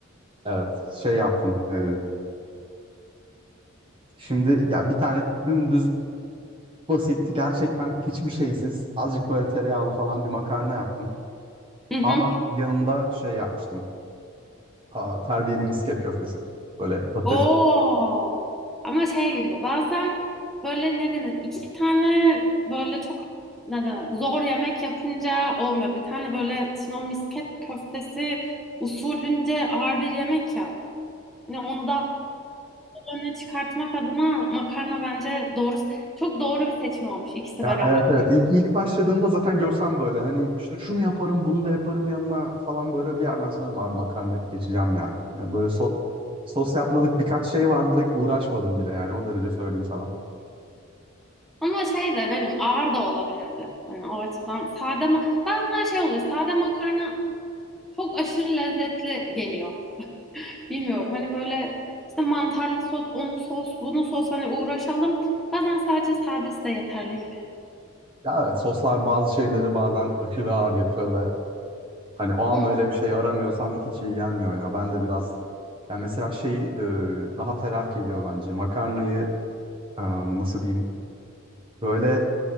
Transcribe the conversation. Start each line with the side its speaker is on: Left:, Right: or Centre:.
Right: Evet. Şey yaptım. Ee, şimdi ya bir tane dümdüz basitti. Gerçekten hiçbir şeysiz. Azıcık böyle tereyağlı falan bir makarna yaptım.
Centre: Hı hı.
Right: Ama yanında şey yapmıştım. Aa, terbiyeli misket köftesi. Böyle patates.
Centre: Oo. Ama şey gibi bazen böyle ne denir? İki tane böyle çok ne denir, zor yemek yapınca olmuyor. Bir tane böyle şimdi o misket köftesi usulünce ağır bir yemek ya. Hani onu daha öne çıkartmak adına makarna bence doğru çok doğru bir seçim olmuş ikisi
Right: Ya
Centre: beraber.
Right: evet evet ilk, ilk başladığımda zaten görsem böyle hani işte şunu yaparım bunu da yaparım yanına falan böyle bir yerden sonra dedim, abi makarna hep geçeceğim ya. Yani böyle so- sos yapmadık birkaç şey vardı direkt uğraşmadım bile yani o derece söyleyeyim sana.
Centre: Ama şey de ne bileyim ağır da olabilirdi. Hani o açıdan sade ma bazen şey oluyor. Sade makarna çok aşırı lezzetli geliyor. Bilmiyorum hani böyle işte mantarlı sos, onu sos, bunu sos hani uğraşalım. Bazen sadece sadesi de yeterli gibi.
Right: Ya evet soslar bazı şeyleri bazen aşırı ağır yapıyor ve hani o an
Centre: Hmm.
Right: öyle bir şey aramıyorsan hiç iyi gelmiyor ya. Ben de biraz yani mesela şeyi e, daha ferah geliyor bence makarnayı e, nasıl diyeyim böyle